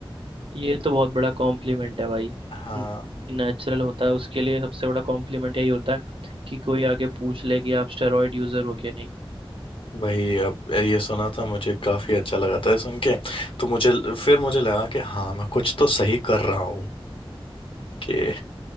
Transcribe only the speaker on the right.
ये तो बहुत बड़ा कॉम्प्लीमेंट है भाई
नेचुरल होता है उसके लिए सबसे बड़ा कॉम्प्लीमेंट यही होता है कि कोई आके पूछ ले कि आप स्टेरॉइड यूजर हो क्या नहीं